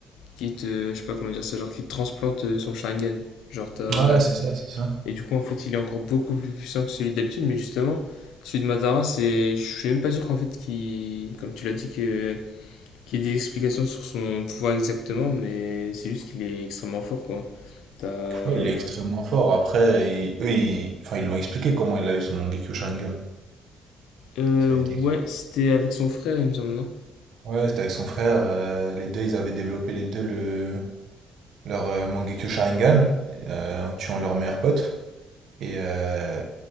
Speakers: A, on the left; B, on the right.
A: Qui te. Je sais pas comment dire ça, genre qui te transplante euh, son Sharingan. Genre t'as.
B: vois. Ouais, c'est ça, c'est ça.
A: Et du coup, en fait, il est encore beaucoup plus puissant que celui d'habitude, mais justement, celui de Madara, c'est. Je suis même pas sûr qu'en fait, qu'il. Comme tu l'as dit, que. Qu'il y ait des explications sur son pouvoir exactement, mais c'est juste qu'il est extrêmement fort, quoi. T'as.
B: Ouais, il est extrêmement fort. Après, il- eux, ils- enfin, ils l'ont expliqué comment il a eu son Mangekyo Sharingan.
A: Euh,
B: Ça a
A: ouais,
B: été...
A: c'était avec son frère, il me semble, non?
B: Ouais, c'était avec son frère. euh, les deux, ils avaient développé les deux le... leur euh, Mangekyo Sharingan euh, en tuant leur meilleur pote. Et, euh,